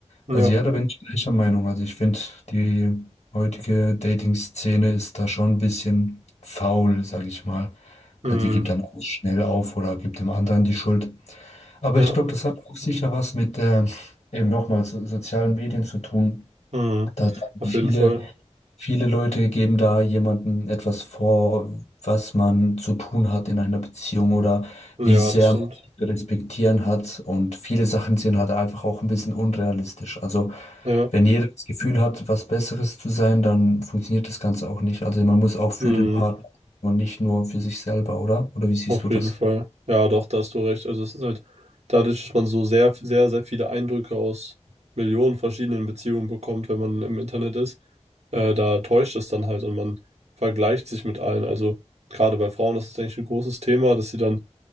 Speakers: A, on the right; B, on the left.
A: Ja.
B: Also ja, da bin ich gleicher Meinung. Also ich finde, die heutige Dating-Szene ist da schon ein bisschen faul, sage ich mal.
A: Mhm.
B: Also die gibt dann auch schnell auf oder gibt dem anderen die Schuld. Aber
A: Ja.
B: ich glaube, das hat auch sicher was mit ähm, eben nochmal so, sozialen Medien zu tun.
A: Mhm.
B: Da haben
A: Auf
B: viele,
A: jeden Fall.
B: viele Leute geben da jemandem etwas vor, was man zu tun hat in einer Beziehung oder
A: Ja,
B: wie sehr
A: das stimmt.
B: man sich zu respektieren hat. Und viele Sachen sind halt einfach auch ein bisschen unrealistisch. Also
A: Ja.
B: wenn jeder das Gefühl hat, was Besseres zu sein, dann funktioniert das Ganze auch nicht. Also man muss auch für
A: Mhm.
B: den Partner und nicht nur für sich selber, oder? Oder wie siehst
A: Auf
B: du das?
A: jeden Fall. Ja, doch, da hast du recht. Also es ist halt dadurch, dass man so sehr, sehr, sehr viele Eindrücke aus Millionen verschiedenen Beziehungen bekommt, wenn man im Internet ist, äh, da täuscht es dann halt und man vergleicht sich mit allen. Also gerade bei Frauen ist es, eigentlich ein großes Thema, dass sie dann